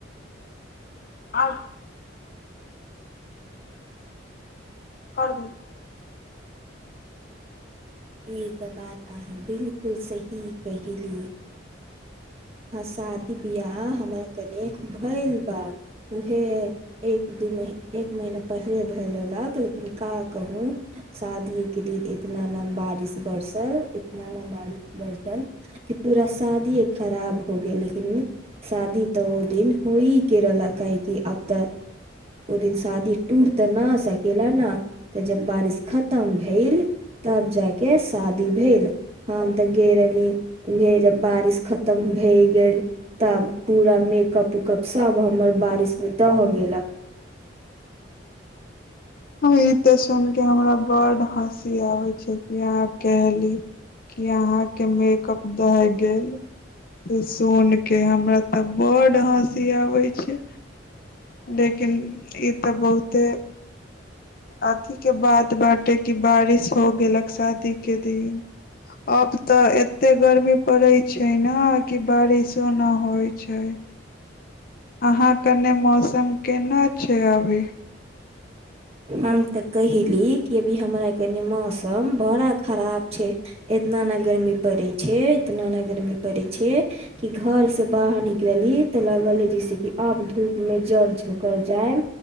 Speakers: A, on the left; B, on the right.
A: आ कर दी
B: एक बात अहाँ बिलकुल सही कली ह शादी बियाह हमर कने भैल बा उहे एक दू मही एक महीना पहिले भ रहलक लेकिन का कहू शादीेके दिन इतनाम बारिश बरसल इतना ना बारिश बरसल कि पूरा शादीेए खराब हो गीले लेकिन साधी त ओ दीन होय करलक काहेकि आब तऽ ओ दिन शादी टूट तऽ न सकेला न तऽ जब बारिश खतम भेल तब जाय के शादी भेल हम तऽ गेलेी उहे जब बारिश खतम भए गेल तब पूरा मेकअप उकअप सभ हमर बारिशमे दहि गेलक
A: ईत सुन के हमरा बड हँसी सी आबे छै कि अहाँ कहली क अहा के मेकअप दह गेल से सुन के हमरा तऽ बड हँसी आबे छै लेकिन ई तऽ बहुते अथीके बात बाँटे कि बारिश हो गेलक शादीके दिन अब तऽ एतेक गर्मी पड़ैत छै ने कि बारिशो नहि होइ छै अहाँ के मौसम केना छै अभी
B: हम तऽ कहिली कि अभी हमरा कनि मौसम बड़ा खराब छै इतना न गर्मी पड़ै छै इतना ने गर्मी पड़ै छै क घर से बाहर निकल लेली तऽ लगल ह जैसेी आब धूप में जड़ झकर जाय